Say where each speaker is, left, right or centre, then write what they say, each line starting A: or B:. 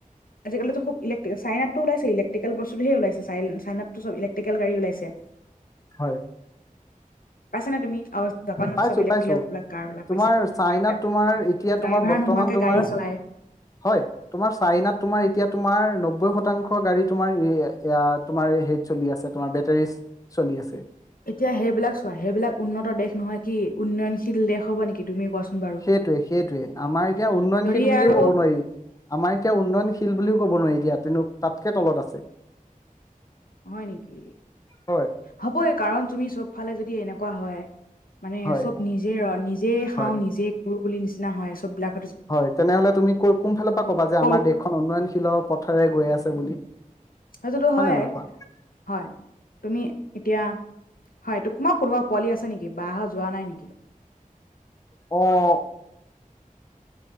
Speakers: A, on the left (about 80°); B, on the left (about 25°).
A: আজিকালিতো খুব ইলেক্ট্ৰিল চাইনাটো ওলাইছে ইলেকট্ৰিকেল বস্তু ধেৰ ওলাইছে, চাই চাইনাতটো চব ইলেক্ট্ৰি ইলেক্ট্ৰিকেল গাড়ী ওলাইছে।
B: হয়।
A: পাইছে নাই তুমি? জাপানত
B: পাইছো
A: চব ইলেক্ট্ৰিকেল
B: পাইছো
A: কাৰ বিলাক
B: তোমাৰ
A: পাইছে
B: চাইনাত
A: আৰু
B: তোমাৰ এতিয়া
A: ড্ৰাইভাৰ
B: তোমাৰ বৰ্তমান
A: নোহোৱাকে
B: তোমাৰ
A: গাড়ী চলায়।
B: হয়। তোমাৰ চাইনাত তোমাৰ এতিয়া তোমাৰ নব্বৈ শতাংশ গাড়ী তোমাৰ তোমাৰ হেৰ। চলি আছে, তোমাৰ বেটাৰী চলি আছে।
A: এতিয়া সেইবিলাক চোৱা। সেইবিলাক উন্নত দেশ নহয় কি? উন্নয়নশীল দেশ হ'ব নেকি? তুমি কোৱাচোন বাৰু,
B: সেইটোৱে সেইটোৱে আমাৰ এতিয়া উন্নয়নশীল
A: যদি
B: বুলিও
A: আৰু
B: কব নোৱাৰি। আমাৰ এতিয়া উন্নয়নশীল বুলিও ক'ব নোৱাৰি দিয়া। তেনে তাতকে তলত আছে।
A: হয় নেকি?
B: হয়
A: হ'বই কাৰণ তুমি চব ফালে যদি এনেকুৱা হয় মানে
B: হয়
A: চব নিজে ৰ নিজেই খাওঁ
B: হয়
A: নিজেই কৰো বুলি নিচিনা হয় চববিলাক।
B: হয়, তেনেহ'লে তুমি কৰ কোন ফালৰ পৰা ক'বা যে
A: কৰ
B: আমাৰ দেশখন উন্নয়নশীলৰ পথেৰে গৈ আছে বুলি?
A: সেইটোতো
B: হয়
A: হয়ে
B: নে নহয় কোৱা
A: হয়। তুমি এতিয়া হয় তোমাৰ কোনোবা পোৱালি আছে নেকি? বাহঁত যোৱা নাই নেকি?
B: অ